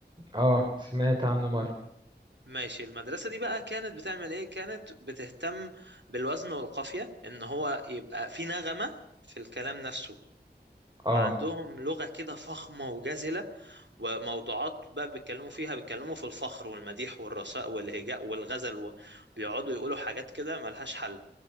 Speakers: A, on the right; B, on the right.
A: اه سمعت عنه مرة
B: ماشي المدرسة دي بقى كانت بتعمل ايه كانت بتهتم بالوزن والقافية ان هو يبقى في نغمة في الكلام نفسه
A: اه
B: وعندهم لغة كده فخمة وجزلة وموضوعات بقى بيتكلموا فيها بيتكلموا في الفخر والمديح والرثاء والهجاء والغزل وبيقعدوا يقولوا حاجات كده ملهاش حل